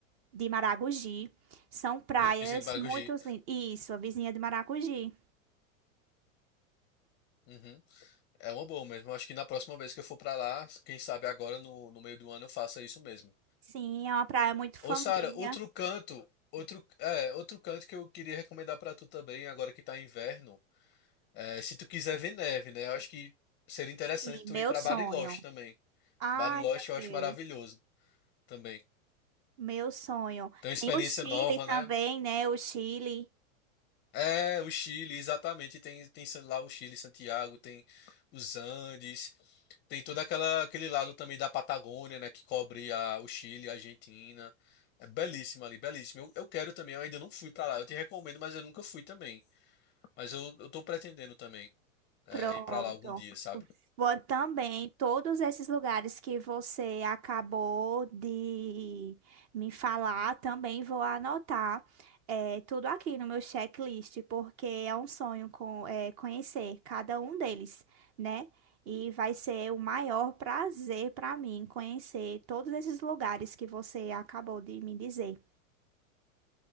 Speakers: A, on the right; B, on the left.
A: de Maragogi. São praias
B: Vizinho de Maragogi.
A: muito lindas. Isso, a vizinha de Maragogi.
B: Uhum. É uma boa mesmo. Eu acho que na próxima vez que eu for pra lá, quem sabe agora no, no meio do ano eu faça isso mesmo.
A: Sim, é uma praia muito família.
B: Ô, Sara, outro canto, outro, é, outro canto que eu queria recomendar pra tu também, agora que tá inverno, é, se tu quiser ver neve, né? Eu acho que seria interessante
A: Sim,
B: tu
A: meu
B: ir pra
A: sonho.
B: Bariloche também.
A: Ai,
B: Bariloche
A: meu
B: eu
A: Deus.
B: acho maravilhoso também.
A: Meu sonho.
B: Tem uma experiência
A: Tem o Chile
B: nova,
A: também,
B: né?
A: né? O Chile.
B: É, o Chile, exatamente. Tem, tem lá o Chile, Santiago, tem os Andes, tem todo aquela, aquele lado também da Patagônia, né? Que cobre a, o Chile, a Argentina. É belíssimo ali, belíssimo. Eu, eu quero também, eu ainda não fui pra lá. Eu te recomendo, mas eu nunca fui também. Mas eu, eu tô pretendendo também é,
A: Pronto.
B: ir pra lá algum dia, sabe?
A: Vou também, todos esses lugares que você acabou de me falar, também vou anotar é, tudo aqui no meu checklist, porque é um sonho com, é, conhecer cada um deles, né? E vai ser o maior prazer para mim conhecer todos esses lugares que você acabou de me dizer.